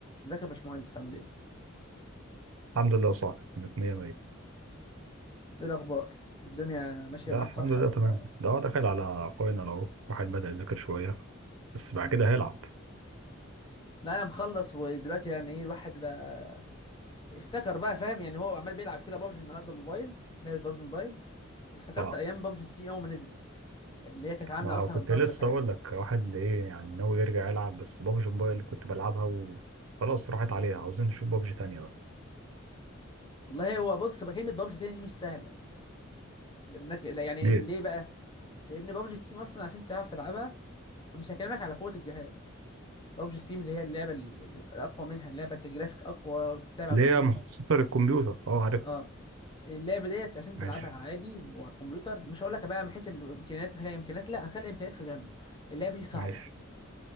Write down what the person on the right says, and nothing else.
الحمد لله صح كانت مية مية
لا
الحمد
لله
تمام ده هو داخل على فاينل اهو واحد بدأ يذاكر شوية بس بعد
كده هيلعب
طبعا
ما هو
كنت
لسه
اقول لك واحد ايه يعني ناوي يرجع يلعب بس بابجي موبايل كنت بلعبها وخلاص راحت عليها عاوزين نشوف بابجي تانية بقى
ليه؟
ليه
يا مخصصة للكمبيوتر اه عارفها
ماشي
ماشي